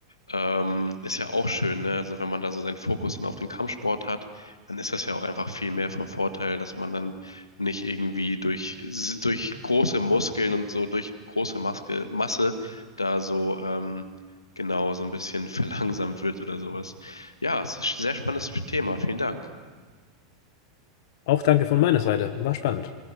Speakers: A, on the left (about 80°); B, on the left (about 55°).
A: ähm, ist ja auch schön, ne? Also wenn man da so seinen Fokus dann auf den Kampfsport hat, dann ist das ja auch einfach viel mehr vom Vorteil, dass man dann nicht irgendwie durch, durch große Muskeln und so durch große Maske, Masse da so ähm, genau so ein bisschen <laughs> verlangsamt wird oder sowas. Ja, es ist ein sehr spannendes Thema. Vielen Dank.
B: Auch danke von meiner Seite, war spannend.